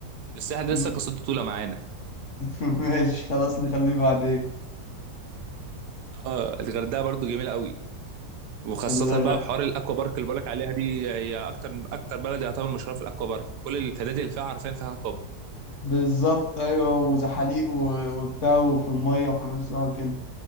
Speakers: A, on the right; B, on the left.
A: الساحل ده
B: م-
A: لسه قصته طويله معانا
B: <laughs> ماشي خلاص نخليه بعدين
A: اه الغردقه برضو جميله قوي وخاصة
B: الغردقة
A: بقى في حوار الاكوا بارك اللي بقولك عليها دي هي اكتر اكتر بلد يعتبر مشهوره في الاكوا بارك كل الفنادق اللي فيها عارفين فيها اكوا بارك
B: بالظبط ايوه وزحاليق و... وبتاع وفي المية وحمام سباحة وكده